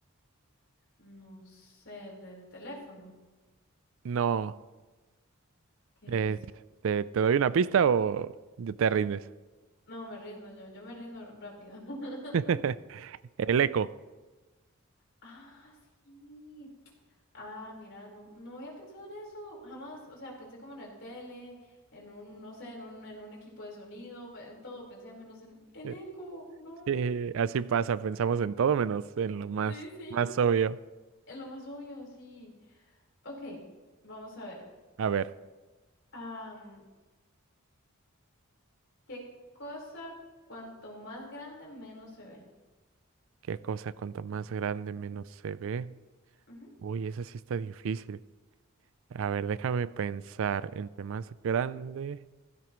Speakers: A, on the left; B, on the right.
A: no sé, el del teléfono.
B: No.
A: ¿Qué
B: Eh,
A: es?
B: ¿te, te doy una pista o ya te rindes?
A: No, me rindo yo, yo me rindo rápido. <laughs>
B: <laughs> El eco.
A: Ah, sí. Ah, mira, no, no había pensado en eso, jamás. O sea, pensé como en el tele, en un, no sé, en un, en un equipo de sonido, pe- en todo, pensé menos en el
B: Eh,
A: eco, no.
B: Sí, así pasa, pensamos en todo menos en lo más,
A: Sí, sí,
B: más obvio.
A: es lo más obvio, sí. Ok, vamos a ver.
B: A ver,
A: Am, ¿qué cosa cuanto más grande menos se ve?
B: ¿qué cosa cuanto más grande menos se ve?
A: Ujú.
B: Uy, esa sí está difícil. A ver, déjame pensar. Entre más grande,